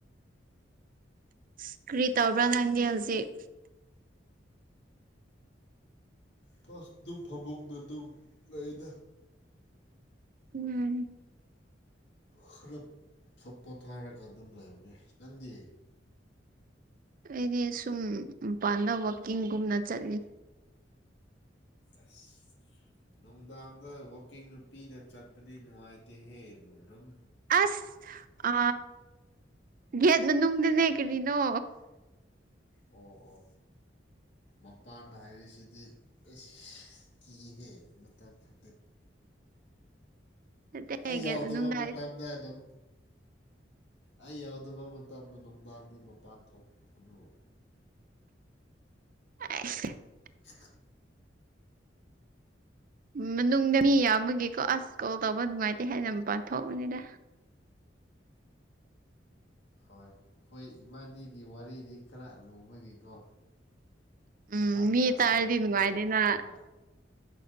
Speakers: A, on the right; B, on the left.
A: ꯁꯀ꯭ꯔꯤ ꯇꯕ꯭ꯔꯥ ꯅꯪꯗꯤ ꯍꯧꯖꯤꯛ
B: ꯄꯁ ꯑꯗꯨꯝ ꯐꯃꯨꯡꯗ ꯑꯗꯨꯝ ꯂꯩꯗ
A: ꯎꯝ
B: ꯈꯔꯣꯠ ꯄꯣꯊꯥꯔꯒ ꯑꯗꯨꯝ ꯂꯩꯕꯅꯦ ꯅꯪꯗꯤ
A: ꯑꯩꯗꯤ ꯁꯨꯝ ꯃꯄꯥꯟꯗ ꯋꯥꯛꯀꯤꯡꯒꯨꯝꯅ ꯆꯠꯂꯤ
B: ꯑꯁ ꯅꯨꯡꯗꯥꯡꯗ ꯋꯀꯤꯡ ꯅꯨꯄꯤꯅ ꯆꯠꯄꯗꯤ ꯅꯨꯡꯉꯥꯏꯇꯦꯍꯦ ꯔꯨꯝ
A: ꯑꯁ ꯑ ꯒꯦꯠ ꯃꯅꯨꯡꯗꯅꯦ ꯀꯔꯤꯅꯣ
B: ꯑꯣ ꯑꯣ ꯃꯄꯥꯟꯗ ꯍꯥꯏꯔꯤꯁꯤꯗꯤ ꯏꯁꯀꯤꯍ ꯃꯇꯕꯇ
A: ꯅꯠꯇꯦ
B: ꯑꯩ ꯌꯥꯎꯗꯕ
A: ꯒꯦꯠ ꯃꯅꯨꯡꯗ
B: ꯃꯇꯝꯗ
A: ꯍꯥꯏ
B: ꯑꯗꯨꯝ ꯑꯩ ꯌꯥꯎꯗꯕ ꯃꯇꯝꯗ ꯅꯨꯡꯗꯥꯡꯗꯤ ꯃꯄꯥꯟ ꯊꯣꯛꯀꯅꯨ
A: ꯑ
B: ꯍ
A: ꯃꯅꯨꯡꯗ ꯃꯤ ꯌꯥꯝꯕꯒꯦꯀꯣ ꯑꯁ ꯀꯣꯜ ꯇꯧꯕ ꯅꯨꯡꯉꯥꯏꯇꯦ ꯍꯥꯏꯦꯅ ꯃꯄꯥꯟ ꯊꯣꯛꯣꯛꯄꯅꯤꯗ
B: ꯍꯣꯏ ꯑꯩꯈꯣꯏ ꯏꯃꯥꯟꯅꯤꯒꯤ ꯋꯥꯔꯤꯗꯤ ꯈꯔ ꯂꯨꯕꯒꯤꯀꯣ
A: ꯎꯝ
B: ꯃꯄꯥꯟꯗ
A: ꯃꯤ ꯇꯥꯔꯗꯤ
B: ꯁꯥꯔꯗꯗꯤ
A: ꯅꯨꯡꯉꯥꯏꯗꯦꯅ
B: ꯌꯥꯗꯕ